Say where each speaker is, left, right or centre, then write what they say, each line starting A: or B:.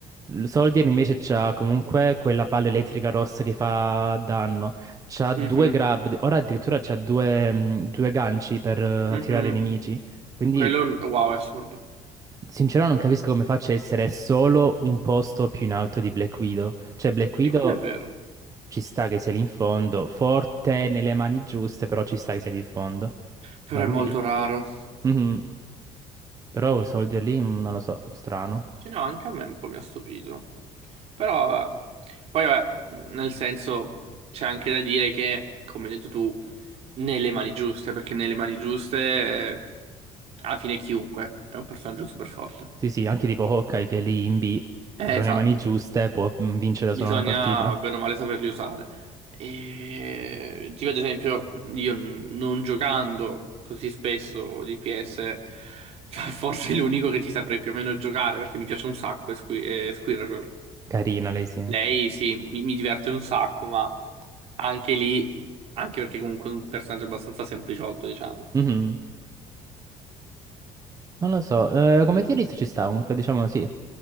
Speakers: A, on the right; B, on the right.
A: L- Soldier invece c'ha comunque quella palla elettrica rossa che fa danno. C'ha due
B: Mhm,
A: grab, ora addirittura c'ha due, mm, due ganci per eh,
B: mhm.
A: attirare i nemici. Quindi
B: Quello, wow, è assurdo.
A: Sincero, non capisco come faccia a essere solo un posto più in alto di Black Widow. Cioè, Black Widow
B: Di quello è vero.
A: ci sta che sia lì in fondo, forte nelle mani giuste, però ci sta che sia lì in fondo.
B: Però
A: Ma lui
B: è molto
A: lì?
B: raro.
A: Mhm. Però Soldier lì, mm, non lo so, strano.
B: Sì, no, anche a me un po' mi ha stupito. Però, vabbè. Poi, vabbè, nel senso, c'è anche da dire che, come hai detto tu, nelle mani giuste, perché nelle mani giuste, eh, alla fine chiunque è un personaggio super forte.
A: Sì, sì, anche tipo Hawkeye che è lì in B,
B: Eh,
A: però
B: esatto.
A: nelle mani giuste può mm, vincere da
B: bisogna
A: solo una partita.
B: bene o male saperli usare. E tipo ad esempio, io n- non giocando così spesso di PS, <laughs> forse è l'unico che ti saprei più o meno giocare perché mi piace un sacco è Squi- è Squirrel.
A: Carina lei, sì.
B: Lei sì, mi, mi diverte un sacco, ma anche lì, anche perché comunque è un personaggio abbastanza sempliciotto, diciamo.
A: Mhm. Non lo so, eh, come tier list ci sta, comunque diciamo sì.